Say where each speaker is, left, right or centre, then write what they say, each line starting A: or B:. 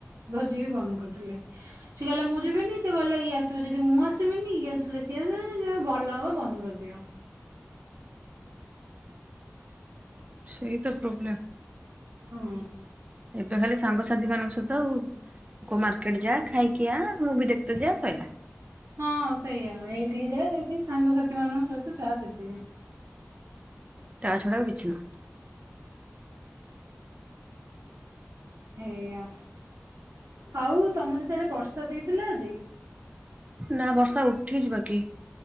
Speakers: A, on the right (about 85°); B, on the right (about 30°).
A: ଭୋଜି ବି ବନ୍ଦ କରିଦେଲେ। ସି କହିଲେ ମୁଁ ଯିବିନି ସେ କହିଲା ଇଏ ଆସିବ ଯଦି ମୁଁ ଆସିବିନି ଇଏ ଆସିଲେ ସିଏ ଆସିବେନି ଭଲ ହବ ବନ୍ଦ କରିଦିଅ।
B: ସେଇ ତ ପ୍ରୋବ୍ଲେମ୍।
A: ହୁଁ।
B: ଏବେ ଖାଲି ସାଙ୍ଗସାଥି ମାନଙ୍କ ସହିତ ଆଉ କୋମାର କହିଲି ଯା ଖାଇ କି ଆ ମୁଁ ବି <unintelligible> ସଇଲା।
A: ହଁ ସେଇଆ ଏଇଠିକି ଯାଏ ବି ସାଙ୍ଗସାଥି ମାନଙ୍କ ସହିତ ଯହା ଯେତିିକି।
B: ତା ଛଡା ଆଉ କିଛି ନୁହଁ।
A: ହେଇୟା। ହଉ ତମର ସିଆଡେ ବର୍ଷା ଦେଇଥିଲା ଆଜି।
B: ନା ବର୍ଷା ଉଠିଯି ବାକି।